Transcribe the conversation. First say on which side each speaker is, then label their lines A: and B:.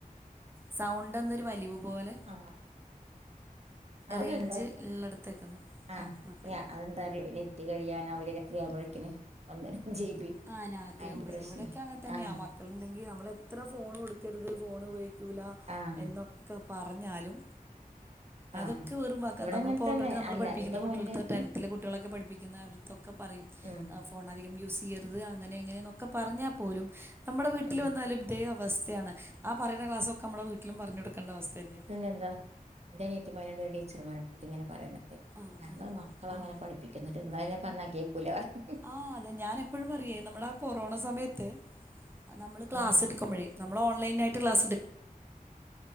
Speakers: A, on the right; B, on the right.
A: സൗണ്ട് എന്തൊരു വലിവ് പോലെ
B: ആഹ് ആഹ് ഇപ്പൊ
A: റേഞ്ച്
B: കേക്ക്ണ്ടോ
A: ഉള്ളിടത്തേക്കൊന്ന്
B: ആഹ്
A: ആ കുഴപ്പമില്ല
B: അതെന്താറ <unintelligible> കത്തി കഴിയാൻ അ <unintelligible> ഒന്നര ജി ബി
A: ആഹ് രാത്രിയാവുമ്പഴേക്ക്
B: അയിന്റെ പ്രശ്നം
A: ഇവടെക്കെ അങ്ങൻ തന്നെയാ
B: ആഹ്
A: മക്കളുണ്ടെങ്കിൽ നമ്മള എത്ര ഫോണ് കൊടുക്കരുത് ഫോൺ ഉപയോഗിക്കൂല
B: ആഹ്
A: എന്നൊക്കെ പറഞ്ഞാലും
B: ആഹ്
A: അതൊക്കെ വെറും വാക്ക
B: ഇവിടെ
A: നമ്മളിപ്പോ
B: അങ്ങനെ തന്നെ
A: ഓൾറെഡി നമ്മള്
B: അല്ല
A: പഠിപ്പിക്കുന്ന
B: എന്റെ
A: കുട്ടികളട്ത്ത്
B: മോന്റെക്കെ
A: ടെൻത്തിലെ കുട്ടികളൊക്കെ പഠിപ്പിക്കുന്ന തൊക്കെ പറയും
B: ഉം
A: ഫോൺ അധികം യൂസ് ചെയ്യരുത് അങ്ങനെ ഇങ്ങനെന്നൊക്കെ പറഞ്ഞാ പോലും നമ്മുടെ വീട്ടിൽ
B: ഉം
A: വന്നാലും ഇതേ അവസ്ഥയാണ് ആ പറയുന്ന ക്ലാസ്സൊക്കെ നമ്മളെ വീട്ടിലും പറഞ്ഞു കൊടുക്കണ്ട അവസ്ഥന്നേണ്
B: അയന് എന്താ എന്റെ അനിയത്തിമാര്ണ്ട് ഓര് ടീച്ചർമാരാണ് അവരിങ്ങനെ പറയുന്നത്
A: ആ
B: ഞങ്ങൾ
A: ആ
B: ക്കള
A: ആ
B: അങ്ങനെ പഠിപ്പിക്കുന്നട്ട് നിങ്ങളന്നെ പർഞ്ഞാ കേക്കൂല അറിം
A: ആഹ് അതെ ഞാൻ എപ്പഴും പറയേ നമ്മുടെ ആ കൊറോണ സമയത്ത് നമ്മള് ക്ലാസ്സ്
B: ഉം
A: എടുക്കുമ്പഴേ നമ്മള് ഓൺലൈനായി ക്ലാസ്ട്